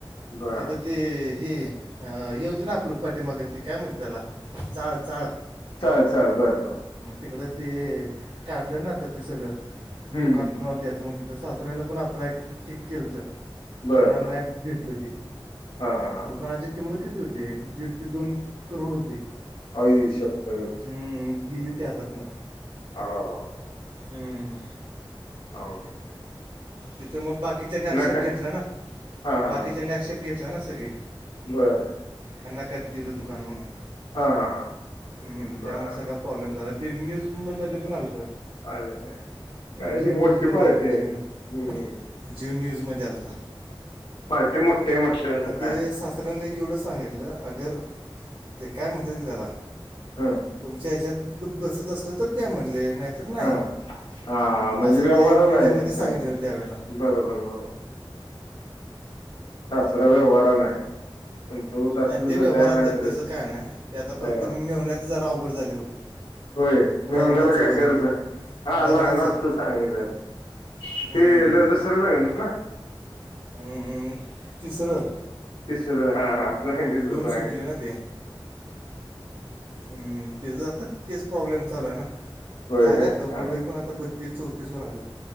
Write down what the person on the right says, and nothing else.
तिथं ते हे हे होतं ना आपलं पाटीमागे ते काय म्हणजते त्याला चाळ चाळ...
मग तिकडं ते काढलं ना आता ते सगळं...
दुकान कुणाला द्यायचं म्हणते तर सासऱ्यानं पण अप्लाय केलं तर..
त्यांना नाही
भेटलं ते
दूकानाचे... किंमत किती होते दीड ते दोन करोड होती...
हम्म, गेली ती हातातनं
हमम....
तिथं मग बाकीच्यानी आक्षेप
घेतला ना
बाकीच्यानी
आक्षेप घेतला ना सगळी...
ह्यांना का दिलं दुकान म्हणून
हमम
त्यामुळे सगळा... प्रॉब्लेम झाला ते न्यूज पण आत
जे
न्यूज म
आलत... झी
न्यूमध्ये
न्यूजमध्ये आलत.
मग
ते सासऱांनी एवढं सांगितलं अगर. ते काय म्हणते की त्याला
तुमच्या ह्याच्यात बसत असलं तर द्या म्हणले नाही... तर नाही
असं
ते मी...
सागितलं त्यावेलिल्ला....
नाही ते
व्यवहार
आता
त्याचं काय नाही ते आता
फक्त मिळवण्याचं जरा अवघड झाले फक्त
लग्नाचं
वय
लग्नाचं
हम्म.
हम्म तिसरं...
दोन
सुटले ना ते हम्म तेचं आता तेच प्रॉब्लेम चालू आहे ना
झालंय
आता वय
पण आता बत्तीस चौतीसवर आलं